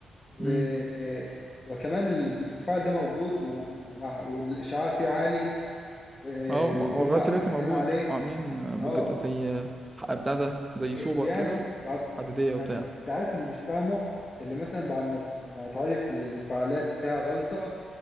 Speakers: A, on the left; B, on the right.
A: و
B: امم
A: آه، وكمان المفاعل ده موجود و- ومع والإشعاع فيه عالي و-
B: اه
A: ولما
B: ما هو لغايه دلوقتي
A: قافلين
B: موجود
A: عليه
B: وعاملين آه، بجد
A: اه
B: زي آه، حق بتاع ده زي
A: و-
B: صوبه
A: ويعني
B: كده
A: بعد
B: حديديه
A: يعني
B: وبتاع
A: انت عارف اللي مش فاهمه اللي مثلا بعد ما ما تعرف إن المفاعلات فيها غلطة